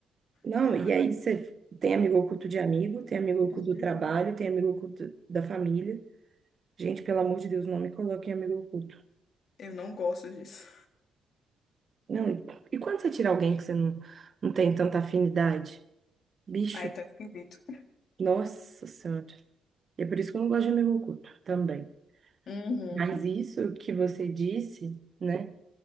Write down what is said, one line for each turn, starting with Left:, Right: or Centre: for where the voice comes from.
Right: Não,
Left: Jesus.
Right: e aí você tem amigo oculto de amigo, tem amigo oculto
Left: Jesus.
Right: do trabalho, tem amigo oculto da família. Gente, pelo amor de Deus, não me coloque em amigo oculto.
Left: Eu não gosto disso.
Right: Não, e e quando você tira alguém que você não, não tem tanta afinidade? Bicho,
Left: Ai, tão esquisito.
Right: nossa senhora. E é por isso que eu não gosto de amigo oculto também.
Left: Uhum,
Right: Mas isso que você disse, né,